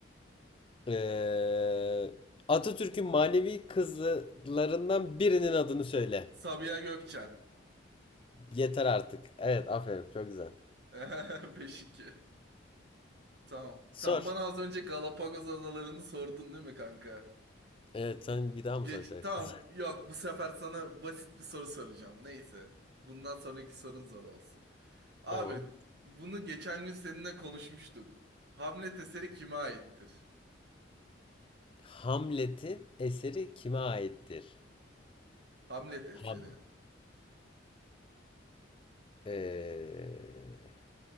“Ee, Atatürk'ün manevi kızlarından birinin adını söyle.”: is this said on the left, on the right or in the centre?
Left